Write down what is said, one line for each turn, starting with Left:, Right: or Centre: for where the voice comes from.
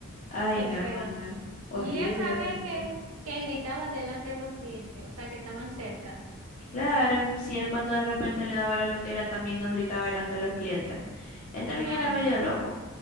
Left: Ay,
Right: qué
Left: no,
Right: feo.
Left: hermana. Horrible,
Right: Y ella sabía
Left: horrible.
Right: que, que gritaba delante de los clientes, o sea, que estaban cerca.
Left: Claro, si él cuando de repente le daba la loquera también nos gritaba delante de los clientes. Él también
Right: Ah,
Left: era medio
Right: no.
Left: loco.